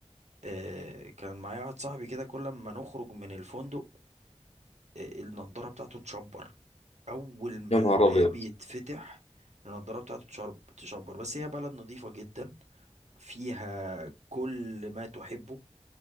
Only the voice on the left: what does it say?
يا
نهار ابيض